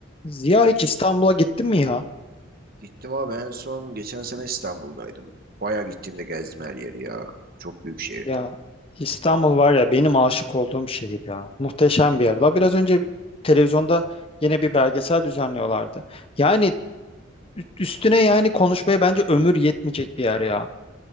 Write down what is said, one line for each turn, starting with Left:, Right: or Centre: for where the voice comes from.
Left: Ziya hiç İstanbul'a gittin mi ya?
Right: Gittim abi en son geçen sene İstanbul'daydım. Bayağı gittiğimde gezdim her yeri ya. Çok büyük şehirdi.
Left: Ya İstanbul var ya benim aşık olduğum şehir ya. Muhteşem bir yer. Daha biraz önce televizyonda yine bir belgesel düzenliyorlardı. Yani ü- üstüne yani konuşmaya bence ömür yetmeyecek bir yer ya.